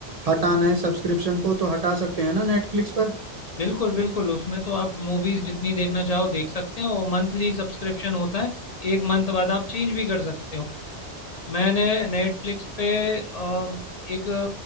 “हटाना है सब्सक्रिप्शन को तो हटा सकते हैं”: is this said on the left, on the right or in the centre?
Right